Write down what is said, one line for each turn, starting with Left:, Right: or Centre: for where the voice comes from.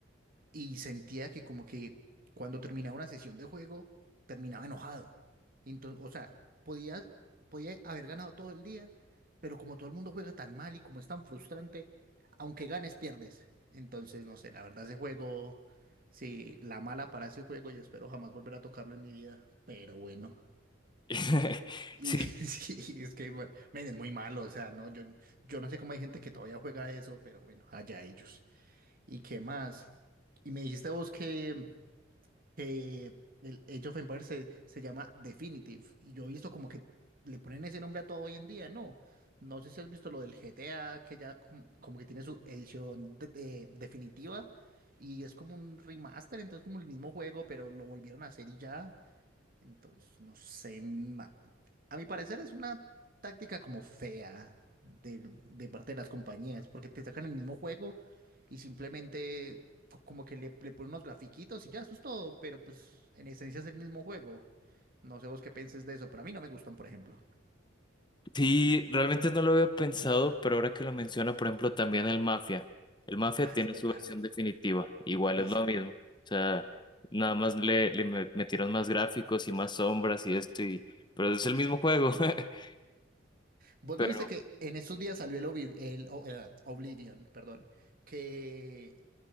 Right: y sentía que como que cuando terminaba una sesión de juego, terminaba enojado. Entonces, o sea, podía, podía haber ganado todo el día, pero como todo el mundo juega tan mal y como es tan frustrante, aunque ganes, pierdes. Entonces, no sé, la verdad ese juego, sí, la mala para ese juego y espero jamás volver a tocarlo en mi vida, pero bueno.
Left: <laughs>
Right: Y
Left: Sí,
Right: <laughs> sí, es que, bueno, men, es muy malo, o sea, no, yo, yo no sé cómo hay gente que todavía juega eso, pero bueno, allá ellos. ¿Y qué más? Y me dijiste vos que, que el Age of Empires se, se llama Definitive. Y yo he visto como que le ponen ese nombre a todo hoy en día, ¿no? No sé si has visto lo del GTA, que ya com- como, que tiene su edición de- de- definitiva y es como un remaster, entonces como el mismo juego, pero lo volvieron a hacer y ya. Entonces, no sé, ma- a mi parecer es una táctica como fea del- de, parte de las compañías, porque te sacan el mismo juego y simplemente co- como que le, le ponen unos grafiquitos y ya, eso es todo, pero pues en esencia es el mismo juego. No sé vos qué pienses de eso, pero a mí no me gustan, por ejemplo.
Left: Sí, realmente no lo había pensado, pero ahora que lo menciona, por ejemplo, también el Mafia. El Mafia
Right: Ah,
Left: tiene
Right: es verdad.
Left: su versión definitiva, igual
Right: Sí,
Left: es
Right: sí.
Left: lo mismo. O sea, nada más le, le me- metieron más gráficos y más sombras y esto, y, pero es el mismo juego. <laughs>
Right: Vos
Left: Pero
Right: no viste que en estos días salió el, Obliv- el O- eh, Oblivion, perdón, que